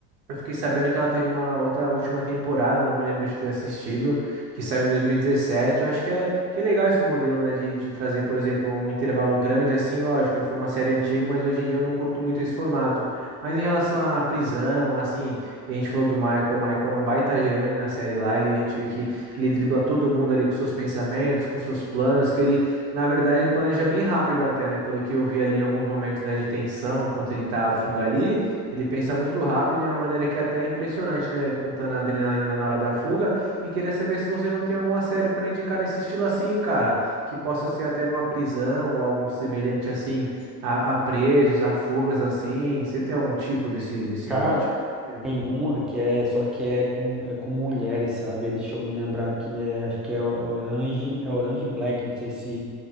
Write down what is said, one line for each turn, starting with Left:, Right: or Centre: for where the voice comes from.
Right: Eu fiquei sabendo que ela teve uma outra última temporada, não me lembro de ter assistido, que saiu em 2017. Eu acho que é, que é legal esse modelo, né, de, de trazer, por exemplo, um intervalo grande assim, lógico, foi uma série antiga, mas hoje em dia eu não curto muito esse formato. Mas em relação à prisão, assim, e a gente falou do Michael, o Michael é um baita gênio, né, na série lá, ele, a gente vê que ele dribla todo mundo ali com seus pensamentos, com seus planos, que ele, na verdade, ele planeja bem rápido até, né, pelo que eu vi ali em alguns momentos, né, de tensão, enquanto ele tá à
Centre: sim.
Right: fuga ali, ele pensa muito rápido de uma maneira que até é impressionante, né? Contando a adrenalina na hora da fuga. E queria saber se você não tem alguma série para indicar nesse estilo assim, cara, que possa ser até numa prisão ou algo semelhante assim, a, a presos, a fugas assim. Você tem algum tipo desse, desse
Centre: Cara,
Right: tipo de série?
Centre: tem uma que é, só que é com, é com mulheres, sabe? Deixa eu me lembrar aqui, é, acho que é o- Orange, é Orange Black, não sei se,